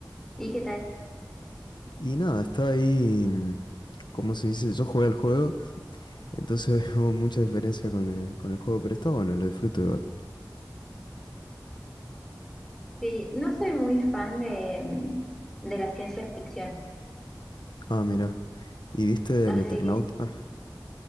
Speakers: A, in the centre; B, on the left.
A: ¿Y qué tal?
B: Y nada, está ahí, mm, ¿cómo se dice? Yo jugué al juego. Entonces <laughs> veo mucha diferencia con el, con el juego, pero está bueno, lo disfruto igual.
A: Sí, no soy muy fan de, mm, de la ciencia ficción,
B: Ah, mira. ¿Y viste
A: así
B: el Eternauta?
A: que
B: Ah,